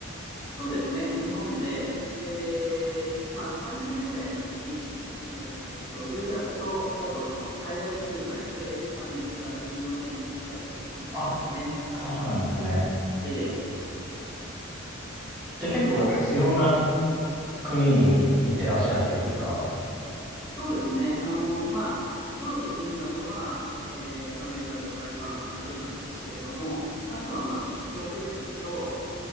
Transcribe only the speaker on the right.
あ、そうなんですね。
じゃあ結構いいろんな
国に行ってらっしゃるというか、